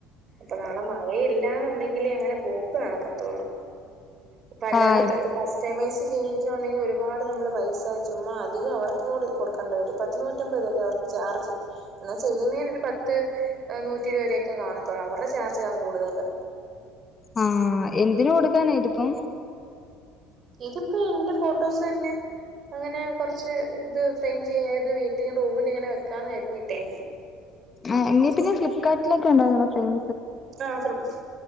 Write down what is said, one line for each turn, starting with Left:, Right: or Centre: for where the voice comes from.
Right: അപ്പൊ നാളെ മഴയില്ലന്നുണ്ടെങ്കിലേ അങ്ങനെ പോക്ക് നടക്കത്തൊള്ളൂ. പ്പ അല്ലാ
Left: ആഹ്
Right: നമ്മളിപ്പ കസ്റ്റമൈസ് ചെയ്യി ച്ച് വാന്നെങ്കി ഒരുപാട് നമ്മള് പൈസ ചുമ്മാ അധികം അവർക്കും കൂടി കൊടുക്കണ്ടി വരും പത്ത് നൂറ്റമ്പത് രൂപക്കെ അവർക്ക് ചാർജ്. എന്നാ ചെയ്യുന്നേന് ഒരു പത്ത് നൂറ്റി ഇരുവരൂവൊക്കെ കാണത്തൊള്ളൂ അവരുടെ ചാർജാ കൂടുതല്.
Left: ആഹ് എന്തിന് കൊടുക്കാന ഇതിപ്പം.
Right: ഇതിപ്പോ എന്റെ ഫോട്ടോസ് തന്നെ. അങ്ങനെ കൊറച്ച് ത് ഫ്രെയിം ചെയ്ത് വീട്ടി റൂമിലിങ്ങനെ വെക്കാന്ന് കരുതീട്ടെ.
Left: ആഹ് എങ്കിപിന്നെ ഫ്ലിപ്കാട്ടിലൊക്കെ ഉണ്ടാവോലോ ഫ്രയിം.
Right: ആഹ് ശ്രമിച്ച്.